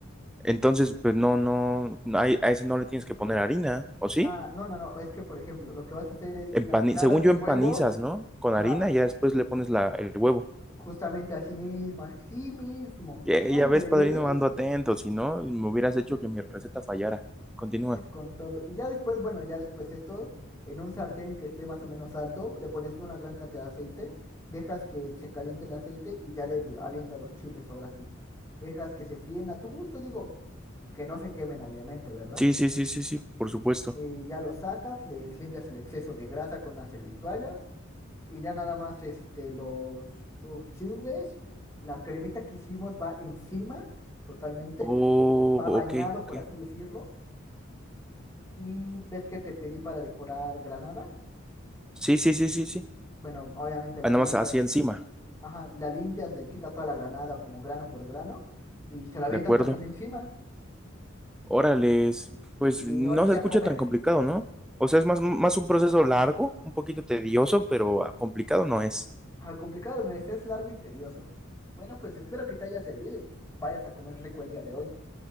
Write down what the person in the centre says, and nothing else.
Entonces, pues no, no, a, a ese no le tienes que poner harina, ¿o sí?
Empani-
según yo
empanizas,
¿no? Con
harina y ya después le pones la, el huevo.
Ye-
Ya, ves, padrino,
ando atento, si no, me hubieras hecho que mi receta fallara. Continúa.
Sí, sí, sí, sí, sí, por supuesto.
Oh,
ok,
ok.
Sí, sí, sí, sí, sí.
Ah, nada
más así encima,
¿de acuerdo?
Órales, pues
no
se escucha
tan complicado, ¿no? O sea, es más, más un proceso largo, un poquito tedioso, pero ah, complicado no es.